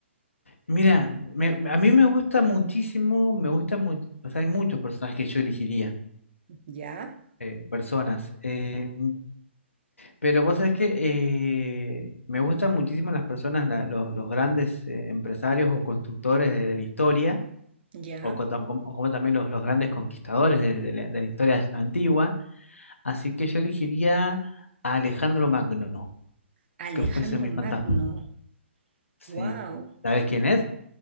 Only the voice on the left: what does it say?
mira, me- me- a mí me gusta muchísimo, me gusta mucho, o sea, hay muchos personajes que yo elegiría,
eh, personas, eh, pero vos sabés que eh, me gustan muchísimo las personas, la- los, los grandes eh, empresarios o constructores de, de la historia,
o, co- tam- como, como también los, los grandes conquistadores de, de la, de la historia antigua, así que yo elegiría a Alejandro Magno,
que fuese mi
fantasma. Sí,
¿sabes quién es?